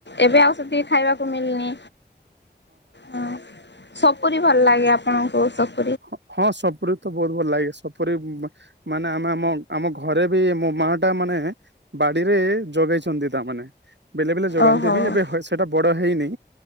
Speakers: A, on the left; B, on the right.
A: ଏବେ ଆଉ ସେତିକି ଖାଇବାକୁ ମିିଲନି ହଁ ସପୁରି ଭଲ ଲାଗେ ଆପଣଙ୍କୁ ସପୁ
B: ହଁ ହଁ ସପୁରୀ ତ ବହୁତ ଭଲ ଲାଗେ ସପୁରୀ ମ ମାନେ ନ ମା ମ ଆମ ଘରେ ବି ମୋ ମା ଟା ମାନେ ବାଡିରେ ଯଗେଇଛନ୍ତି ତା ମାନେ <inaudible> ବେଲେ ବେଲେ ଯୋଗାନ୍ତି
A: ଓହୋ।
B: ବି ଏବେ ହ ସେଇଟା ବଡ଼ ହେଇନି